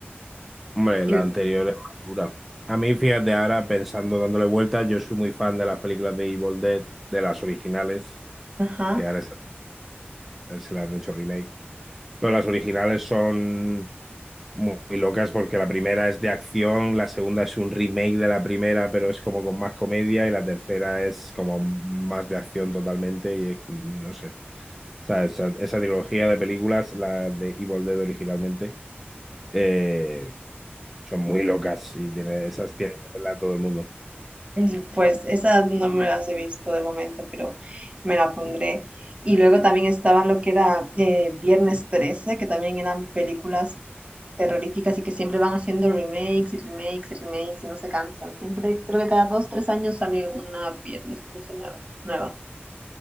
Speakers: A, in the centre; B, on the right.
A: Hombre, la
B: Y-
A: anterior es más dura. A mí, fíjate, ahora pensando, dándole vueltas, yo soy muy fan de las películas de Evil Dead, de las originales,
B: Ajá.
A: que ahora se, se las han hecho remake. Pero las originales son muy, muy locas porque la primera es de acción, la segunda es un remake de la primera, pero es como con más comedia y la tercera es como más de acción totalmente y eh, no sé. O sea, esa, esa trilogía de películas, la de Evil Dead originalmente, eh, son muy locas y tiene, esas tiene que verla todo el mundo.
B: Mm, Pues esas no me las he visto de momento, pero me la pondré. Y luego también estaba lo que era eh, Viernes 13, que también eran películas terroríficas y que siempre van haciendo remakes y remakes y remakes y no se cansan. Siempre, creo que cada dos, tres años sale una Viernes 13 nueva. nueva.